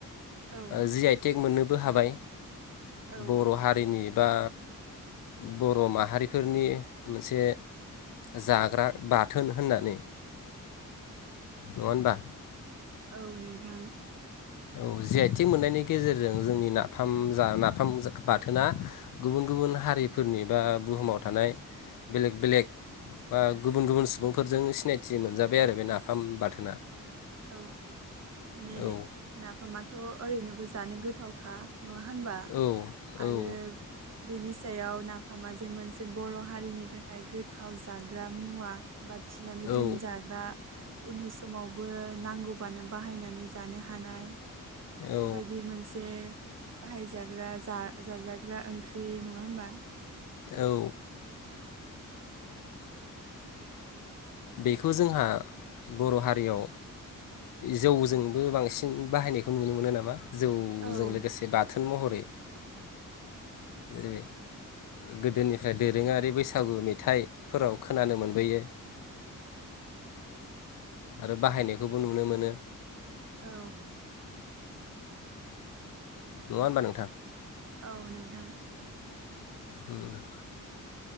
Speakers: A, on the right; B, on the left.
A: औ
B: जि आइटेक मोननो बो हाबाय
A: औ
B: बर' हारिनि बा बर' माहारिफोरनि मोनसे जाग्रा बाथ थोन होननानै नङ होनबा
A: औ नों थां
B: औ जि आइथि मोननायनि गेजेरजों जोंनि नाफाम जा नाफाम बाथोना गुबुन गुबुन हारिफोरनि बा बुहुमाव थानाय बेलेग बेलेग बा गुबुन गुबुन सुबुंफोरजों सिनायथि मोनजाबाय आरो बे नाफाम बाथोना।
A: औ। माने
B: औ
A: नाफामाथ' ओरैनोबो जानो गोथावखा नङा होनबा
B: औ
A: आरो
B: औ
A: बेनि फिथायायाव नाफामा जे मोनसे बर' हारिनि थाखाय गोथाव जाग्रा मुवा बाथिनानै
B: औ
A: दोनजाग्रा उननि समाव नांगौबानो बाहायनानै जानो हानाय।
B: औ
A: बेबायदि मोनसे बाहायजागो जाजाग्रा ओंख्रि नङा होमबा।
B: औ बेखौ जोंहा बर' हारियाव जौजोंबो बांसिन बाहायनायखौ नुनो मोनो नामा। जौजों
A: औ
B: लोगोसे बाथोन महरै जै गोदोनिफ्राय दोरोङारि बैसागु मेथाइफोराव खोनानो मोन। मोनबोयो। आरो बाहायनायखौबो नुनो मोनो।
A: औ
B: नङ होनबा नोंथां।
A: औ नोंथां।
B: उम